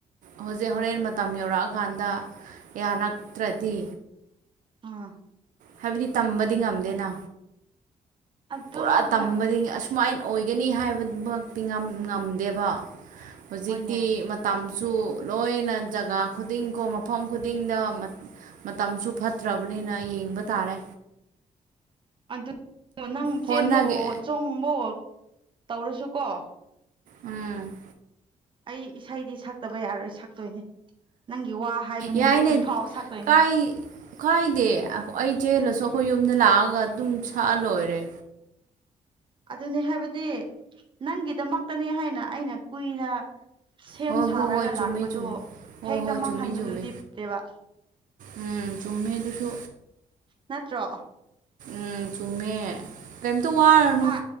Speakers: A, on the right; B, on the right.
A: ꯍꯧꯖꯤꯛ ꯍꯣꯔꯦꯟ ꯃꯇꯝ ꯌꯧꯔꯛꯑꯀꯥꯟꯗ ꯌꯥꯔꯛꯇ꯭ꯔꯗꯤ
B: ꯎꯝ
A: ꯍꯥꯏꯕꯗꯤ ꯇꯝꯕꯗꯤ ꯉꯝꯗꯦꯅ
B: ꯑꯗꯨꯅꯦ
A: ꯄꯨꯔꯥ ꯇꯝꯕꯗꯤ
B: ꯍꯣꯏ
A: ꯁꯨꯃꯥꯏꯅ ꯑꯣꯏꯒꯅꯤ ꯍꯥꯏꯕꯃꯛꯇꯤ ꯉꯝꯗꯦꯕ ꯍꯧꯖꯤꯛꯇꯤ
B: ꯍꯣꯏꯅꯦ
A: ꯃꯇꯝꯁꯨ ꯂꯣꯏꯅ ꯖꯒꯥ ꯈꯨꯗꯤꯡꯀꯣ ꯃꯐꯝ ꯈꯨꯗꯤꯡꯗ ꯃꯇꯝꯁꯨ ꯐꯠꯇ꯭ꯔꯕꯅꯤꯅ ꯌꯦꯡꯕ ꯇꯥꯔꯦ
B: ꯑꯗꯨ ꯅꯪ ꯆꯦꯟꯕ
A: ꯍꯣꯠꯅꯒꯦ
B: ꯆꯣꯡꯕ ꯇꯧꯔꯁꯨꯀꯣ
A: ꯎꯝ
B: ꯑꯩ ꯏꯁꯩꯗꯤ ꯁꯛꯇꯕ ꯌꯥꯔꯣꯏ ꯁꯛꯇꯣꯏꯅꯦ ꯅꯪꯒꯤ ꯋꯥ ꯍꯥꯏꯕ
A: ꯌꯥꯏꯅꯦ
B: ꯅꯨꯃꯤꯠꯇꯨ ꯐꯥꯎ ꯁꯛꯇꯣꯏꯅꯦ
A: ꯀꯥꯏ ꯀꯥꯏꯗꯦ ꯑꯩ ꯆꯦꯜꯂꯁꯨ ꯑꯩꯈꯣꯏ ꯌꯨꯝꯗ ꯂꯥꯛꯑꯒ ꯑꯗꯨꯝ ꯁꯛꯑ ꯂꯣꯏꯔꯦ
B: ꯑꯗꯨꯅꯤ ꯍꯥꯏꯕꯗꯤ ꯅꯪꯒꯤꯗꯃꯛꯇꯅꯤ ꯍꯥꯏꯅ ꯑꯩꯅ ꯀꯨꯏꯅ ꯁꯦꯝ
A: ꯍꯣꯏ ꯍꯣꯏ
B: ꯁꯥꯔꯒ
A: ꯍꯣꯏ ꯆꯨꯝꯃꯤ
B: ꯂꯥꯛꯄꯗꯣ
A: ꯆꯨꯝꯃꯤ ꯍꯣꯏ
B: ꯍꯦꯛꯇ
A: ꯍꯣꯏ
B: ꯃꯥꯡꯍꯟꯕꯗꯨꯗꯤ
A: ꯆꯨꯝꯃꯤ ꯆꯨꯝꯃꯤ
B: ꯐꯠꯇꯦꯕ
A: ꯎꯝ ꯆꯨꯝꯃꯦ ꯑꯗꯨꯁꯨ
B: ꯅꯠꯇ꯭ꯔꯣ
A: ꯎꯝ ꯆꯨꯝꯃꯦ ꯀꯔꯤꯝꯇ ꯋꯥꯔꯨꯅꯨ
B: ꯍꯥ